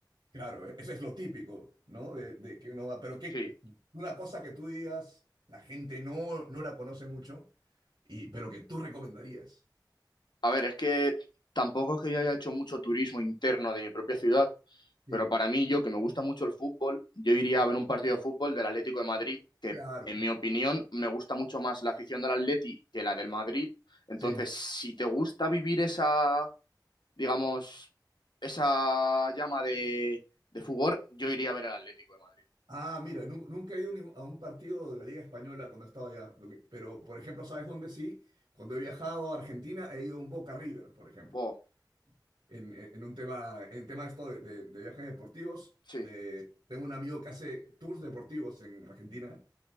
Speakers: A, on the right (about 85°); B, on the left (about 70°).
A: Claro, e- eso es lo típico, ¿no? De, de que uno va, pero que
B: Sí,
A: una cosa que tú digas, la gente no, no la conoce mucho, y, pero que tú recomendarías.
B: A ver, es que tampoco es que yo haya hecho mucho turismo interno de mi propia ciudad,
A: Sí,
B: pero para mí, yo que me gusta mucho el fútbol, yo iría
A: sí,
B: a ver un partido de fútbol del Atlético de Madrid, que
A: claro,
B: en mi opinión me gusta mucho más la afición del Atleti que la del Madrid. Entonces,
A: sí.
B: si te gusta vivir esa, digamos, esa llama de, de fútbol, yo iría a ver al Atlético de Madrid.
A: Ah, mira, nu- nunca he ido ni- a un partido de la Liga Española cuando he estado allá, lo que- pero por ejemplo, ¿sabes dónde sí? Cuando he viajado a Argentina he ido a un Boca River, por ejemplo,
B: Oh,
A: en, en- en un tema, en tema esto de, de- de viajes deportivos.
B: sí,
A: de- tengo un amigo que hace tours deportivos en Argentina.